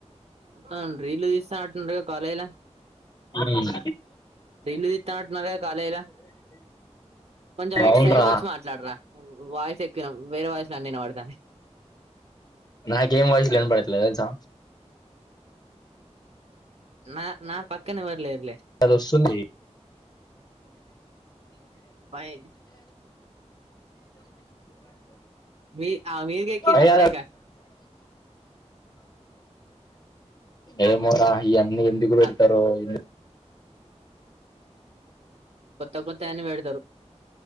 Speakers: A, on the right (about 60°); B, on the left (about 35°).
A: మొత్తం రీళ్ళు తీస్ స్తా అంటుండగా కాలేజీల
B: ఉమ్
A: రిల్లు తిత్తానటున్నరు కదా కాలేజీల, కొంచెం ఇటు
B: అవునురా
A: సైడ్కి వచ్చి మాట్లాడరా, వాయిస్ ఎక్కువిన వేరే వాయిస్లన్నీ ఇనబడుతానయ్.
B: నాకేం వాయిసులు వినబడట్లే తెలుసా
A: నా నా పక్కనేవర్ లేరు.
B: అదొస్తుంది
A: పై మీ ఆ మీదికి ఎక్కేసి
B: అయ్యా
A: అప్పుడేక
B: ఏమో దాహిఎన్ ము ఎందుకు పెడతరో
A: అబ్బా
B: ఎందు
A: కొత్త కొత్తయన్నీ పెడతారు.